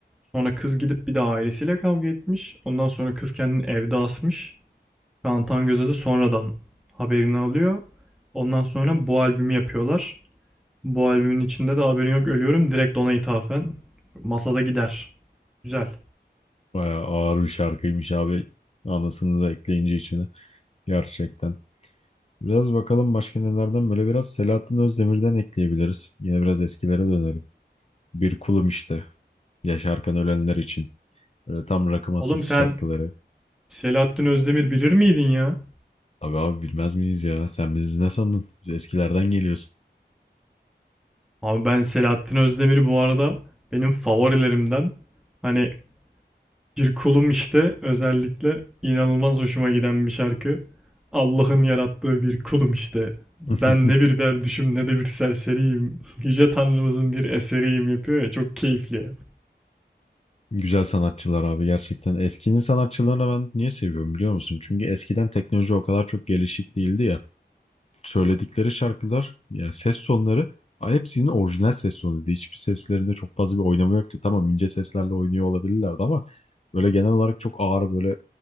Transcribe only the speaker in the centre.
Sonra kız gidip bir de ailesiyle kavga etmiş. Ondan sonra kız kendini evde asmış. Kaan Tangöz'e de sonradan haberini alıyor. Ondan sonra bu albümü yapıyorlar. Bu albümün içinde de haberin yok ölüyorum direkt ona ithafen. Masada gider. Güzel.
Oğlum sen
Selahattin Özdemir bilir miydin ya?
Abi ben Selahattin Özdemir'i bu arada benim favorilerimden hani bir kulum işte özellikle inanılmaz hoşuma giden bir şarkı. Allah'ın yarattığı bir kulum işte. Ben
ne bir berduşum ne de bir serseriyim. <laughs> Yüce Tanrımızın bir eseriyim yapıyor ya çok keyifli ya.